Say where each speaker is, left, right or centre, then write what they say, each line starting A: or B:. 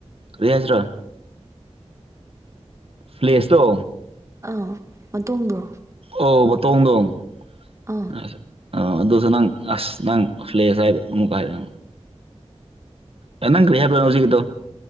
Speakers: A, on the right; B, on the right.
A: ꯀꯔꯤ ꯍꯥꯏꯁꯤꯔꯥ ꯄ꯭ꯂꯦꯖ ꯇꯣ
B: ꯑꯥ ꯃꯇꯣꯡꯗꯣ
A: ꯑꯧ ꯕꯇꯣꯡꯗꯣꯡ
B: ꯑꯥ
A: ꯑ ꯑꯥ ꯑꯗꯨꯁꯨ ꯅꯪ ꯑꯁ ꯅꯪ ꯐ꯭ꯂꯦꯁ ꯍꯥꯏꯗꯣ ꯑꯃꯨꯛꯀ ꯍꯥꯏꯔꯣ ꯑꯦꯅꯪ ꯀꯔꯤ ꯍꯥꯏꯕ꯭ꯔ ꯍꯧꯖꯤꯛꯗꯣ